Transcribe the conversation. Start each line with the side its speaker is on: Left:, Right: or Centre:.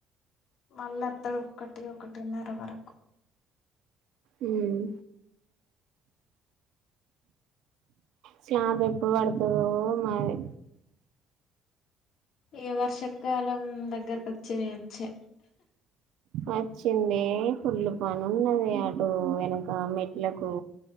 Left: మళ్ళత్తడు ఉక్కటే ఒకటున్నరు మరి
Right: మ్మ్ చాపెప్పుడు బడతుదో మాది
Left: ఈ వర్షకాలం దగ్గరొ కొచ్చెనేవచ్చే
Right: వచ్చింది పుల్లు పనున్నది అటు వెనక మెట్లకు